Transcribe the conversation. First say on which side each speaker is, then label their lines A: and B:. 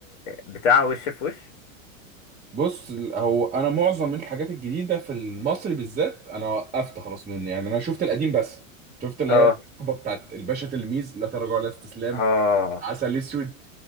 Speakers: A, on the left; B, on the right.
A: بتاع وش في وش
B: بص ال- هو انا معظم الحاجات الجديدة في المصري بالذات انا وقفت خلاص من يعني انا شفت القديم بس شفت اللي
A: اه
B: هي الحقبة بتاعت الباشا تلميذ لا تراجع ولا استسلام
A: اه
B: عسل اسود